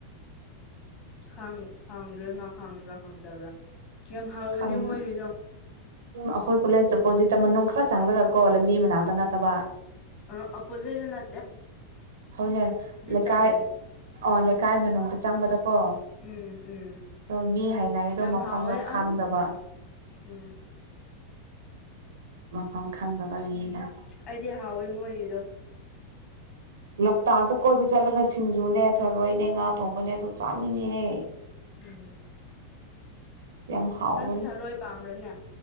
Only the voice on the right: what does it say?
ꯈꯪ
ꯑꯩꯈꯣꯏ ꯀꯣꯂꯦꯖꯀꯤ ꯑꯣꯄꯣꯖꯤꯠꯇ ꯃꯅꯨꯡ ꯈꯔ ꯆꯪꯂꯒ ꯀꯣ ꯂꯝꯕꯤ ꯃꯅꯥꯛꯇ ꯅꯠꯇꯕ
ꯍꯅꯦ ꯂꯩꯀꯥꯏ
ꯑ ꯂꯩꯀꯥꯏ ꯃꯅꯨꯡꯗ ꯆꯪꯕꯗꯀꯣ
ꯑꯣ ꯃꯤ ꯍꯥꯏꯅꯌꯦ ꯑꯗꯣ
ꯃꯐꯝꯗꯣ
ꯈꯪꯗꯕ
ꯃꯐꯝ ꯈꯪꯗꯕꯒꯤꯅꯤꯅ
ꯎ ꯂꯣꯛꯇꯥꯛꯇ ꯀꯣꯏꯕ ꯆꯠꯂꯒ ꯁꯤꯡꯖꯨꯅꯦ ꯊꯔꯣꯏꯅꯦ ꯉꯥ ꯊꯣꯡꯕꯅꯦ ꯑꯗꯨ ꯆꯥꯅꯤꯡꯉꯍꯦ
ꯁꯤ ꯌꯥꯝ ꯍꯥꯎꯋꯦꯅꯦ